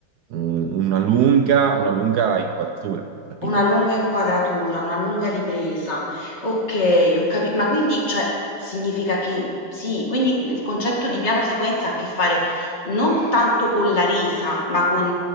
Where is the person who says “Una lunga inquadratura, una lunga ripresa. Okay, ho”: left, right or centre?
Left